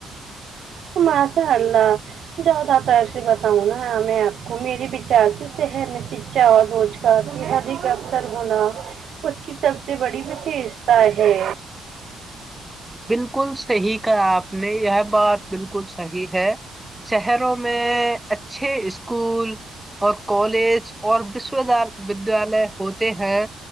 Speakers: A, on the right (about 55°); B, in the centre.
A: مشاء اللہ زیادہ تر سے بتاؤں نا میں آپ کو میرے وچار سے شر میں سچا اور روچ کا کی ادک اسر ہونا اس کی سب سے بڑی وششتا ہے
B: بالکل صحیح کا آپ نہیں یہ بات بالکل صحیح ہے شہروں میں اچا چھ اسکول اور کالج اور وشو ودیال ہو تے ہیں